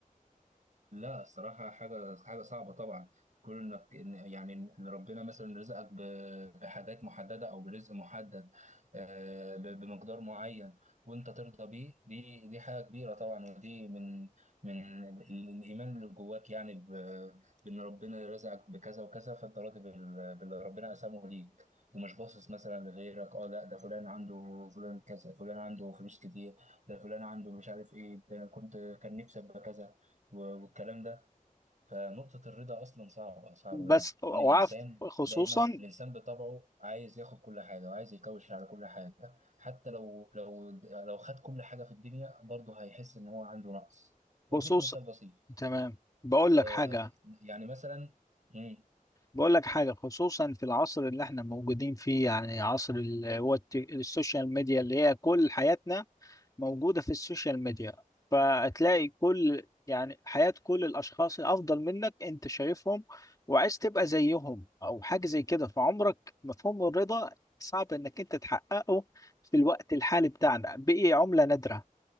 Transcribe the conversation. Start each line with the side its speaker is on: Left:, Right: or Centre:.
Right: لا الصراحة حاجة حاجة صعبة طبعا كون انك إن- يعني ان ربنا مثلا رزقك ب- بحاجات محددة او برزق محدد آه، ب- بمقدار معين وانت ترضى بيه دي دي حاجة كبيرة طبعا ودي من من ال- الايمان اللي جواك يعني ب- بان ربنا رزقك بكذا وكذا فانت راضي بال- باللي ربنا قسمه ليك ومش باصص مثلا لغيرك اه لا ده فلان عنده فلان كذا فلان عنده فلوس كتير ده فلان عنده مش عارف ايه ده انا كنت كان نفسي ابقى كذا و- والكلام ده فنقطة الرضا أصلا صعبة صعبة
Left: بس
Right: لأن
Left: وعارف
Right: الإنسان
Left: خصوصا
Right: دايما الإنسان بطبعه عايز ياخد كل حاجة وعايز يكوش على كل حاجة حتى لو لو لو خد كل حاجة في الدنيا برضه هيحس إن هو عنده نقص وأديك
Left: خصوصا
Right: مثال بسيط
Left: تمام بقول
Right: آه
Left: لك حاجة
Right: يعني مثلا مم،
Left: بقول لك حاجة خصوصا في العصر اللي احنا موجودين فيه يعني عصر ال- هو الت- السوشيال ميديا اللي هي كل حياتنا موجودة في السوشيال ميديا فتلاقي كل يعني حياة كل الأشخاص الأفضل منك أنت شايفهم وعايز تبقى زيهم أو حاجة زي كده فعمرك مفهوم الرضا صعب إنك أنت تحققه في الوقت الحالي بتاعنا بقي عملة نادرة